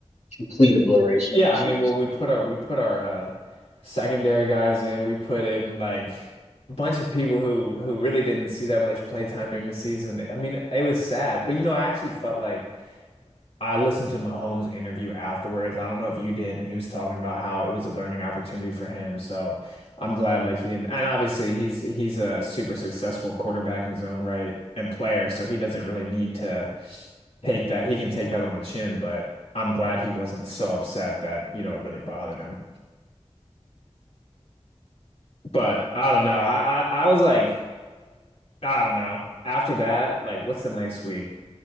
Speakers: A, on the left; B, on the left.
A: complete obliteration
B: Yeah,
A: of the
B: I
A: Chiefs.
B: mean, well, we put our we put our uh secondary guys in. We put in like a bunch of people who who really didn't see that much play time during the season. I mean, it was sad, but you know, I actually felt like I listened to Mahomes' interview afterwards. I don't know if you did, and he was talking about how it was a learning opportunity for him. So I'm glad like he didn't. And obviously he's he's a super successful quarterback in his own right and player, so he doesn't really need to take that. He can take that on the chin, but I'm glad he wasn't so upset that, you know, it really bothered him. But I don't know. I I, I was like, I don't know. After that, like what's the next week?